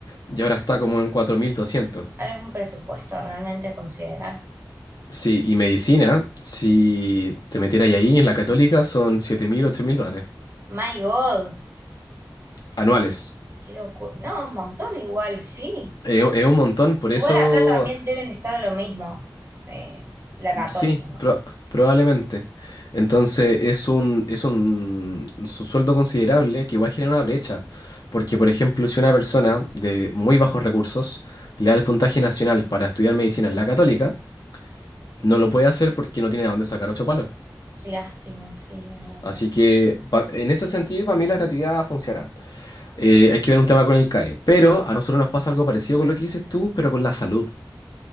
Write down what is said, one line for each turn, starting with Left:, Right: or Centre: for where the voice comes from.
Left: y ahora está como en 4.200.
Right: Ahora es un presupuesto realmente a considerar.
Left: Sí, y medicina, si te metieras ahí en la Católica, son siete mil, ocho mil dólares
Right: My God,
Left: anuales.
Right: qué locura. No, un montón igual, sí.
Left: Es, es un montón, por
Right: Igual
Left: eso
Right: acá también deben estar a lo mismo. eh, la católica,
Left: sí,
Right: ¿no?
Left: pro- probablemente. Entonces es un, es un, su sueldo considerable que igual genera una brecha. Porque, por ejemplo, si una persona de muy bajos recursos le da el puntaje nacional para estudiar medicina en la Católica, no lo puede hacer porque no tiene de dónde sacar ocho palos.
Right: Qué lástima, sí, es verdad.
Left: Así que pa- en ese sentido, para mí la gratuidad funciona. Eh, hay que ver un tema con el CAE. Pero a nosotros nos pasa algo parecido con lo que dices tú, pero con la salud.